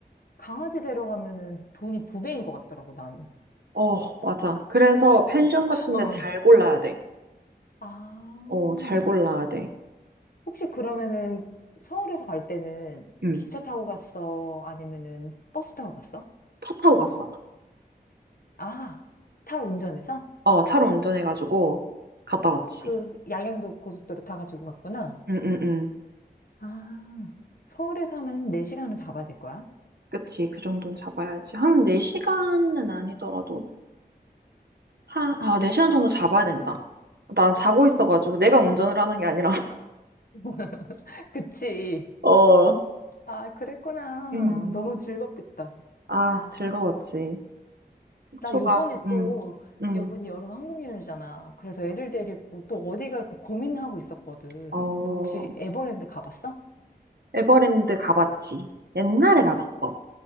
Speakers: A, on the left; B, on the right.
A: 강아지 데려가면은 돈이 두 배인 것 같더라고, 나는.
B: 어, 맞아. 그래서 펜션 같은데
A: 어.
B: 잘 골라야 돼.
A: 아.
B: 어, 잘 골라야 돼.
A: 혹시 그러면은 서울에서 갈 때는
B: 응.
A: 기차 타고 갔어? 아니면은 버스 타고 갔어?
B: 차 타고 갔어.
A: 아, 차 운전해서?
B: 어, 차로 운전해가지고 갔다 왔지.
A: 그 양양도 고속도로 타가지고 갔구나.
B: 응, 응, 응.
A: 아, 서울에서 하면 4시간은 잡아야 될 거야?
B: 그치. 그 정도는 잡아야지. 한 4시간은 아니더라도, 한, 아, 4시간 정도 잡아야 된다. 난 자고 있어가지고 내가 운전을 하는 게 아니라서.
A: <laughs> 그치.
B: <laughs> 어,
A: 아, 그랬구나.
B: 음.
A: 너무 즐겁겠다.
B: 아, 즐거웠지. 속초가,
A: 나 요번에
B: 음,
A: 또
B: 음.
A: 여분 여름 황금연휴잖아. 그래서 애들 데리고 또 어디 갈까 고민하고 있었거든.
B: 어,
A: 너 혹시 에버랜드 가봤어?
B: 에버랜드 가봤지. 옛날에 가봤어.
A: 아,